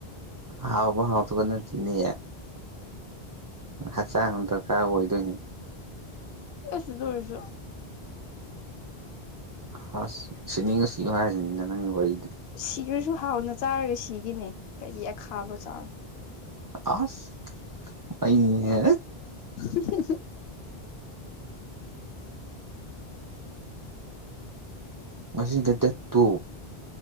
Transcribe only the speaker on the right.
ꯍꯥꯎꯕ ꯍꯥꯎꯇꯕ ꯅꯠꯇꯦꯅꯦ ꯍꯛꯆꯥꯡ ꯗꯔꯀꯥꯔ ꯑꯣꯏꯗꯣꯏꯅꯤ
ꯑꯥꯁ ꯁꯤꯅꯤꯡꯉ ꯁꯤꯌꯣ ꯍꯥꯏꯁꯤꯅꯤꯅ ꯅꯪꯒꯤ ꯋꯥꯔꯤꯗꯨꯗꯤ
ꯑꯥꯁ ꯑꯩꯅꯦ
ꯉꯁꯤꯗ ꯗꯦꯠ ꯇꯨ